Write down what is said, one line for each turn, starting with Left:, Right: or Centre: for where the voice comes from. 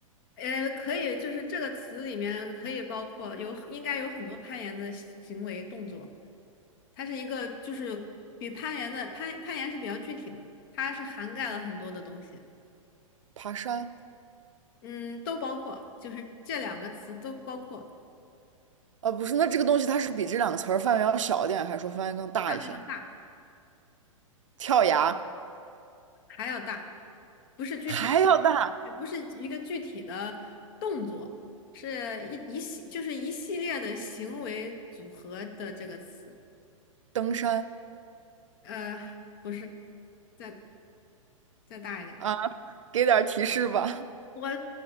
Left: 呃，可以，就是这个词里面可以包括有，应该有很多攀岩的行为动作。它是一个，就是比攀岩的攀攀岩是比较具体嘛，它是涵盖了很多的东西，
Right: 爬山
Left: 嗯，都包括，就是这两个词都包括，
Right: 啊，不是，那这个东西它是比这两个词儿范围要小一点，还是说范围更大一些？
Left: 范围要大，
Right: 跳崖
Left: 还要大，不是具体的，
Right: 还要大，
Left: 也不是一个具体的动作，是一一系，就是一系列的行为组合的这个词，
Right: 登山
Left: 呃，不是。在。再大一点儿。
Right: 啊，给点儿提示吧。
Left: 我